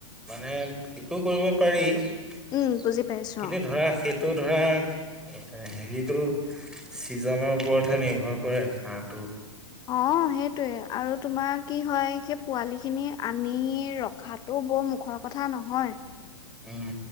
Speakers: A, in the centre; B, on the left.
A: মানে সেটোও কইব পাৰি, কিন্তু
B: উম বুজি পাইছো অ
A: ধৰা সে ত' ধৰা এ হে-হেৰিটো ছিজন ওপৰতহে নিৰ্ভৰ কৰে, হাঁহটো।
B: অ' হেটোৱে আৰু তোমাৰ কি হয় সেই পোৱালি খিনি আনি ৰখাটো বৰ মুখৰ কথা নহয়।
A: উ।